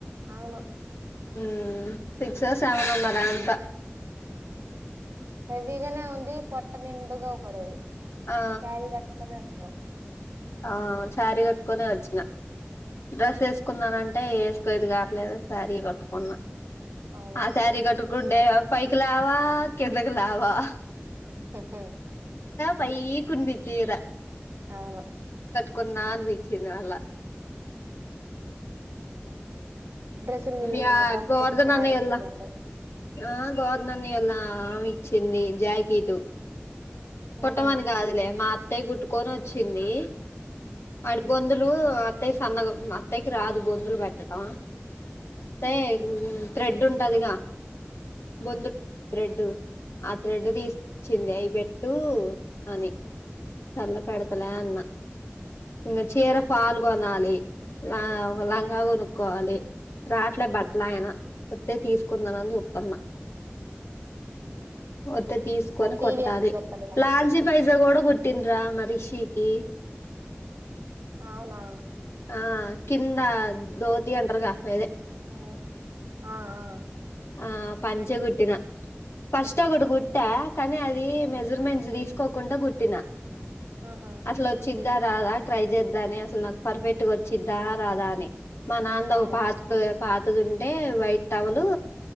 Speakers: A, on the right; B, on the left.
A: అవును
B: ఊ సిక్స్, సెవెన్
A: నడ
B: మరి అంత
A: హెవిగానే ఉంది. పొట్ట నిండుగా పడిఉంది.
B: ఆ
A: సారీ కట్టుకుని వచ్చినవ్
B: ఆ శారీ కట్టుకొనే వచ్చిన. డ్రెస్ వేసుకున్నానుండి. అంటే వేసుకోయది కావట్లేదు, సారి కొట్టుకున్నా.
A: అవును
B: ఆ సారీ కట్టు గుండే పైకిలావా, కిందకిలావా
A: హు హు
B: పై కుంది చీర
A: అవును
B: కున్నాన్ వీచిన అల
A: డ్రెస్ల మీద ఉన్నంత
B: యా
A: కంఫర్ట్
B: గోవర్ధన్
A: స్యారీస్
B: అన్నయోల్ల
A: మీద ఉండవు.
B: ఆ గోధన్న ఎలా ఇచ్చింది జాకెట్
A: ఉండవు
B: కుట్టమని కాదులే మాత అట్టే కుట్టుకొని వచ్చింది. అడుగొందులు సన్నగు అత్తకి రాదు. బొందులు పెట్టడం అంటే థ్రెడ్ ఉంటదిగా బొందులు థ్రెడ్ అ తెడ్ తీసిింది అవి పెట్ అటు అని సర్లె పెడతలే అన్న ఇంక చీర ఫాల్ కొనాలి ఆ ఒక లంగా కొను క్కోవాలి రాట్లే బట్టలాయన వత్తే తీసుకుందామని చూత్తన్న వత్తే తీసుకొని
A: టీవీఎస్
B: కుట్టాలి
A: మీద వస్తాడుగా
B: లాల్చీ పైజా కూడా కుట్టిన్రా మా రిషీకి
A: అవునా
B: ఆ కింద దోతి అంటారుగా ఆదే
A: ఓ ఆ ఆ
B: ఆ పంచకుట్టిన ఫస్ట్ ఒకటి కుట్టా కానీ అది
A: ఆ,
B: మెజర్మెంట్స్ తీసుకు కోకుండా కుట్టిన
A: ఆహా
B: అసలొచ్చిద్ద రాదా ట్రై చేద్దాని అసలు నాకు పర్ఫెక్ట్ గా వచ్చిద్దా రాదా అని మా నాన్నది
A: ఆ
B: ఒక పాత పా పాతది ఉంటే వైట్ టవలు